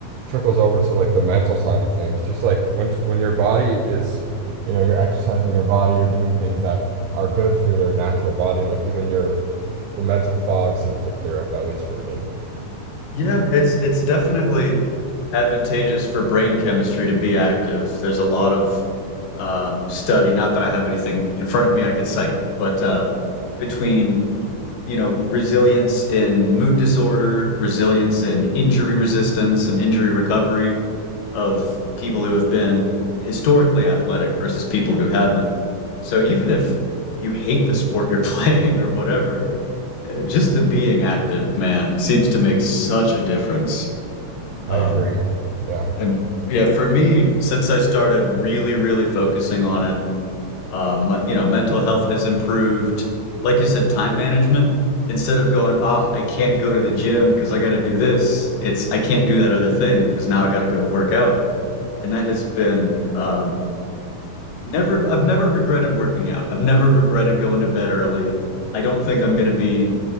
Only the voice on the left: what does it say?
Yeah, it's it's definitely advantageous for brain chemistry to be active. There's a lot of um, study, not that I have anything in front of me I can cite, but uh, between you know resilience in mood disorder, resilience in injury resistance and injury recovery of people who have been historically athletic versus people who haven't. So even if you hate the sport you're <laughs> playing or whatever, uh, just the being active, man, seems to make such a difference.
Um,
and yeah, for me, since I started really, really focusing on it, um, my- you know, mental health has improved. Like you said, time management. Instead of going, ah, I can't go to the gym because I got to do this. It's I can't do that other thing because now I got to go work out, and that has been um, Never, I've never regretted working out. I've never regretted going to bed early. I don't think I'm going to be